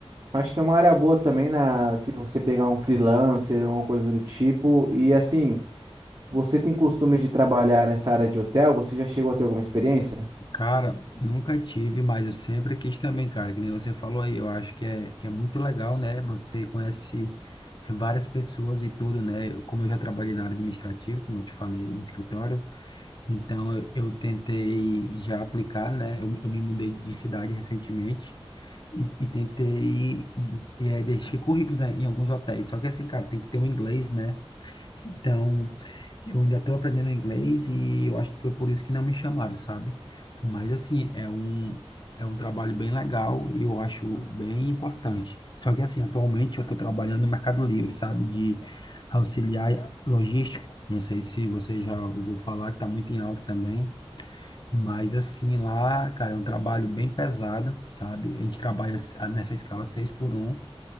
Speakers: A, on the right; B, on the left.
A: Acho que é uma área boa também na, se você pegar um freelancer ou uma coisa do tipo. E assim, você tem costume de trabalhar nessa área de hotel? Você já chegou a ter alguma experiência?
B: Cara, nunca tive, mas eu sempre quis também, cara, que nem você falou aí, eu acho que é, que é muito legal, né? Você conhece várias pessoas e tudo, né? Eu- Como eu já trabalhei na área administrativa, como eu te falei, em escritório, então eu, eu tentei já aplicar, né? Eu, eu me mudei de cidade recentemente e, e tentei e, e, é, deixei currículos, né, em alguns hotéis, só que assim, cara, tem que ter um inglês, né? Então, eu ainda estou aprendendo inglês e eu acho que foi por isso que não me chamaram, sabe? Mas assim, é um é um trabalho bem legal e eu acho bem importante. Só que assim, atualmente eu estou trabalhando no Mercado Livre, sabe? De auxiliar logístico. Não sei se você já ouviu falar, que está muito em alta também. Mas assim, lá, cara, é um trabalho bem pesado, sabe? A gente trabalha s- nessa escala 6 por um